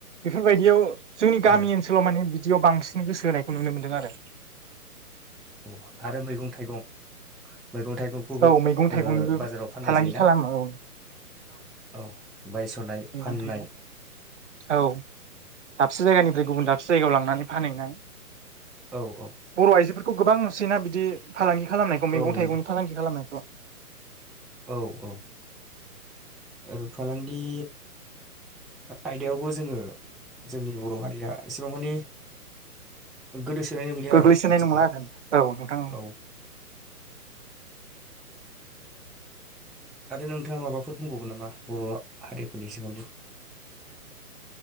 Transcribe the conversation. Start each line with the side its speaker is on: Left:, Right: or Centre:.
Right: बेफोरबायदियाव जोंनि गामि
Centre: औ
Right: सोलाव माने बिदियाव बांसिन गोसो होनायखौ नुनो मोन्दों आरो।
Centre: औ आरो मैगं थाइगं। मैगं थाइगंखौबो
Right: औ मैगं थाइगंनिबो
Centre: ओ बाजाराव फाननाय
Right: फालांगि
Centre: जायोना।
Right: खालामो औ
Centre: औ बायस'नाय
Right: मैगं
Centre: फाननाय
Right: थाइगं औ दाबसे जायगानिफ्राय गुबुन दाबसे जायगायाव लांनानै फानहैनाय।
Centre: औ औ।
Right: बर' आइजोफोरखौ गोबां नुसैना बिदि फालांगि खालामनायखौ
Centre: औ
Right: मैगं
Centre: नंगौ
Right: थाइगंनि फालांगि खालामनायखौ।
Centre: औ औ ओ फालांगि आयदायावबो जोङो जोंनि बर' हारिया एसेबां मानि गोदोसोनाय नंलिया
Right: गोग्लैसोनाय
Centre: आरो आथिखालाव
Right: नंला आरो औ नोंथां
Centre: औ आरो नोंथाङा माबाफोर बुंबावगोन नामा बर' हारिफोरनि सोमोन्दै?